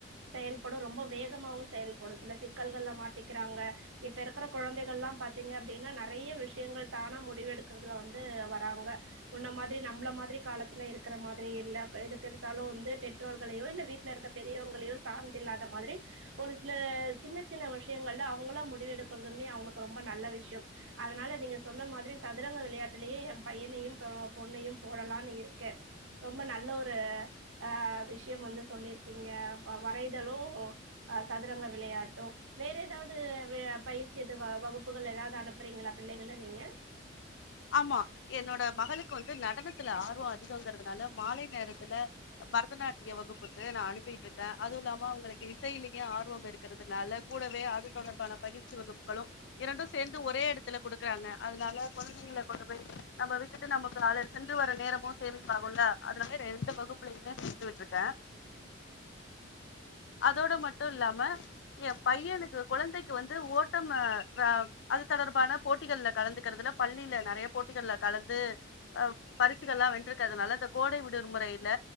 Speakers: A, on the right; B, on the left.
A: செயல்படு ரொம்ப வேகமாவு செயல்படு சில சிக்கல்கள்ல மாட்டிக்கிறாங்க இப்ப இருக்கிற குழந்தைகள் எல்லா பாத்தீங்க அப்டின்னா நெறைய விஷயங்கள் தானா முடிவு எடுக்கறதுல வந்து வராங்க முன்ன மாதிரி நம்பள மாதிரி காலத்துல இருக்கிற மாதிரி இல்ல எதுக்கெடுத்தாலு வந்து து பெற்றோர்களையோ இல்ல வீட்டுல இருக்க பெரியவங்களையோ சார்ந்து இல்லாத மாதிரி ஒரு சில சின்ன சின்ன விஷயங்கள்ல அவங்களா முடிவு எடுக்கதுமே அவங்களுக்கு ரொம்ப நல்ல விஷயம் அதனால நீங்க சொன்ன மாதிரி சதுரங்க விளையாட்டுலேயே என் பையனையும் பொண்ணையும் போடலான்னு இருக்கே ரொம்ப நல்ல ஒரு ஆ விஷ்யம் வந்து சொல்லியிருக்கீங்க அப்ப வரைதலு அ சதுரங்க விளையாட்டு வேற ஏதாவது வே பயிற்சி எது வகுப்புகள் ஏதாவது அனுப்புறீங்களா பிள்ளைகள நீங்க
B: ஆமா என்னோட மகளுக்கு வந்து நடனத்துல ஆர்வ அதிகங்கிறதுனால மாலை நேரத்துல பரதநாட்டிய வகுப்புக்கு நா அனுப்பிகிட்டு இருக்கே அதுவு இல்லாம அவங்களுக்கு இசையிலேயே ஆர்வம் இருக்கிறதுனால கூடவே அது தொடர்பான பயிற்சி வகுப்புகளு இரண்டும் சேர்ந்து ஒரே இடத்துல குடுக்குறாங்க அதனால கொழந் தைங்கள கொண்டு போய் நம்ம விட்டுட்டு நமக்கு நாலே சென்று வர நேரமு சேமிப்பாகுல்ல அதனால ரெண்டு வகுப்புலயுமே சேத்து விட்ருக்க அதோட மட்டு இல்லாம என் பையனுக்கு கொழந்தைக்கு வந்து ஓட்டம் ஆ ஆ அது தொடர்பான போட்டிகள்ள கலந்துக்கிறதுல பள்ளில நெறைய போட்டிகள்ல கலந்து அ பரிசுகள்ளா வென்றிருக்கிறதுனால இந்த கோடை விடுமுறையில